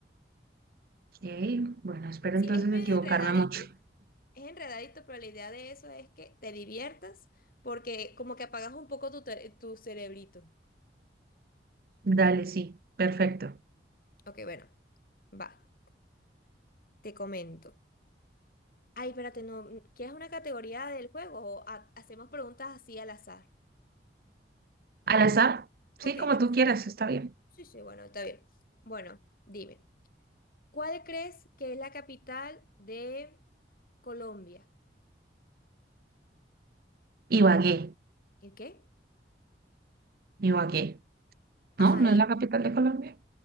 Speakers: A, on the right (about 55°); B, on the left (about 50°).
A: Ok, bueno, espero
B: Sí,
A: entonces
B: es medio
A: equivocarme
B: enredadito,
A: mucho.
B: es enredadito, pero la idea de eso es que te diviertas porque como que apagas un poco tu, te- tu cerebrito.
A: Dale, sí, perfecto.
B: Ok, bueno, va, te comento. Ay, espérate, no, ¿quieres una categoría del juego o ha- hacemos preguntas así al azar?
A: Al azar,
B: Ok,
A: sí, como
B: al
A: tú
B: azar.
A: quieras, está bien.
B: Sí, sí, bueno, está bien. Bueno, dime. ¿Cuál crees que es la capital de Colombia?
A: Ibagué,
B: ¿El qué?
A: Ibagué,
B: Ajá,
A: ¿no? ¿No
B: y
A: es la capital de Colombia?